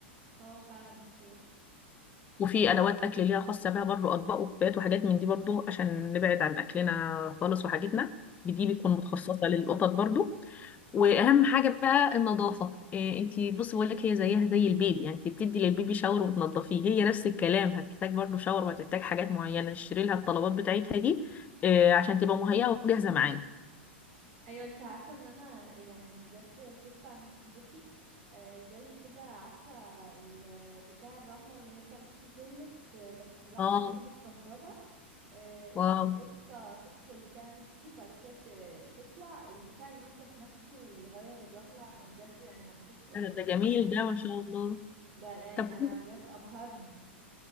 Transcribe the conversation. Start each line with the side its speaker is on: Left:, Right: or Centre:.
Right: اه فعلا احتياطي
Left: وفي ادوات اكل ليها خاصه بها برضو اطباق وكبات وحاجات من دي برضو عشان نبعد عن اكلنا خالص وحاجتنا دي بيكون مخصصه للقطط برضو واهم حاجه بقى النظافه إيه انتي بصي بقول لك هي زيها زي البيبي يعني انت بتدي للبيبي شاور وتنضفيه هي نفس الكلام هتحتاج برضو شاور وهتحتاج حاجات معينه تشتري لها الطلبات بتاعتها دي إيه عشان تبقى مهيئه وجاهزه معانا
Right: ايوه انت عارفه ان انا يعني بجد شفت عند صاحبتي آه، زي كده عارفه ال- بتاع الرمله اللي هي بتعمل فيه تويلت آه، بس بقى
Left: اه
Right: عندها بالكهرباء آه، يعني
Left: واو
Right: القطه تدخل تعمل فيه وبعد كده ت- تطلع البتاع ينظف نفسه ويغير الرمله انا بجد يعني لما شفته
Left: أنا
Right: انا
Left: ده
Right: قلت
Left: جميل
Right: انا
Left: ده ما شاء الله
Right: ده يعني
Left: طب
Right: انا بجد ابهرني